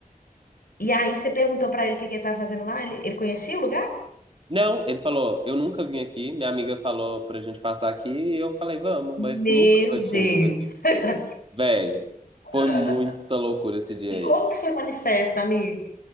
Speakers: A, on the left (about 75°); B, on the right (about 35°).
A: E aí você perguntou pra ele o que que ele estava fazendo lá? Ele, ele conhecia o lugar?
B: Não, ele falou, eu nunca vim aqui. Minha amiga falou pra gente passar aqui e eu falei, vamos, mas
A: Meu
B: nunca eu tinha
A: Deus!
B: vindo aqui.
A: <laughs>
B: Véi,
A: Ah.
B: foi muita loucura esse dia
A: E
B: aí.
A: como que você manifesta, amigo?